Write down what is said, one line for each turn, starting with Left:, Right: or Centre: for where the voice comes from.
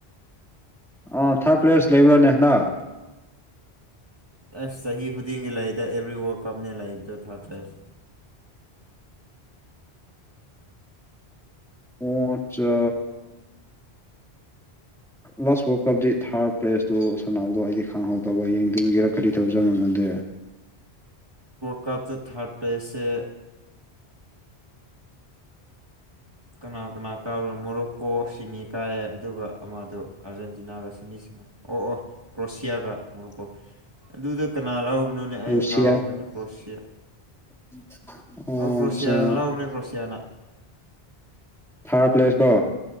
Centre: ꯑꯥ ꯊꯥꯔꯠ ꯄ꯭ꯂꯦꯁ ꯂꯩꯕ꯭ꯔꯥꯅꯦ ꯍꯟꯗꯛ
Right: ꯑꯦꯁ ꯆꯍꯤ ꯈꯨꯗꯤꯡꯒꯤ ꯂꯩꯗ ꯑꯦꯕ꯭ꯔꯤ ꯋꯥꯔꯜ ꯀꯞꯅꯦ ꯂꯩꯕꯗꯣ ꯊꯥꯔꯠ ꯄ꯭ꯂꯦꯁ
Centre: ꯑꫭ ꯑꯆꯥ ꯂꯥꯁ ꯋꯥꯔꯜ ꯀꯞꯇ ꯊꯥꯔꯠ ꯄ꯭ꯂꯦꯁꯇꯨ ꯁꯥꯟꯅꯕꯗꯣ ꯑꯩꯗꯤ ꯈꯥꯡꯍꯧꯗꯕ ꯌꯦꯡꯗꯕꯤꯒꯤꯔ ꯀꯔꯤ ꯇꯧꯖꫪꯅꫭ ꯅꯪꯗꯦ
Right: ꯀꯞꯇꯣ ꯊꯔꯠ ꯄ꯭ꯂꯦꯁꯁꯦ ꯀꯅꯥ ꯀꯅꯥ ꯀꯥꯕ꯭ꯔ ꯃꯣꯔꯣꯛꯀꯣ ꯁꯤꯃꯤ ꯀꯥꯏꯑꯦ ꯑꯗꯨꯒ ꯑꯃꯗꯣ ꯑꯥꫪꯖꯦꯟꯇꯤꯅꯥꯒ ꯁꯤꯃꯤ ꯁꯤꯟꯅ ꯑꯣ ꯑꯣ ꯀ꯭ꯔꯣꯁꯤꯌꯥꯒ ꯃꫭꯔꫭꯀꫭ ꯑꯗꯨꯗ ꯀꯅꯥ ꯂꯧ ꯒꯨꯅꯣꯅꯦ ꯑꯩ
Centre: ꯔꯨꯁꯤꯌꯥ
Right: ꯀꯥꯎꯈꯔꯦꯅꯦ ꯀ꯭ꯔꯣꯁꯤꯌꯥ
Centre: <unintelligible>
Right: ꯑꯣ ꯀ꯭ꯔꯣꯁꯤꯌꯥ
Centre: ꯆꯥ
Right: ꯅ ꯂꯧꯕꯅꯦ ꯀ꯭ꯔꯣꯁꯤꯌꯥꯅ
Centre: ꯊꯥꯔꯠ ꯄ꯭ꯂꯦꯁꯀꯣ